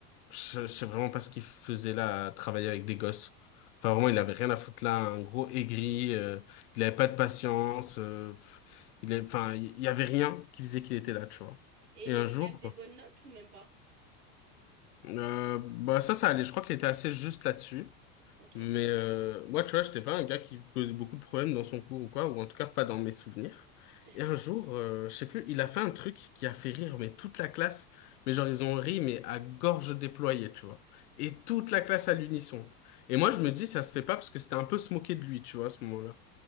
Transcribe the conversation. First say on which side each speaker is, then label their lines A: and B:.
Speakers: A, on the left (about 80°); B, on the right (about 85°).
A: je, je sais vraiment pas ce qu'il faisait là, à travailler avec des gosses. Enfin, vraiment, il avait rien à foutre là. Un gros aigri. euh, il avait pas de patience. euh, pff, il est... Enfin, il y avait rien qui faisait qu'il était là, tu vois.
B: Et ils
A: Et
B: mettaient
A: un jour...
B: quand même des bonnes notes ou même pas?
A: Euh, bah ça, ça allait. Je crois qu'il était assez juste là-dessus.
B: ok.
A: Mais euh, moi, tu vois, j'étais pas un gars qui posait beaucoup de problèmes dans son cours ou quoi, ou en tout cas pas dans mes souvenirs.
B: <laughs>
A: Et un jour, euh, je sais plus, il a fait un truc qui a fait rire, mais toute la classe, mais genre ils ont ri, mais à gorge déployée, tu vois. Et toute la classe à l'unisson. Et moi, je me dis, ça se fait pas parce que c'était un peu se moquer de lui, tu vois, à ce moment-là.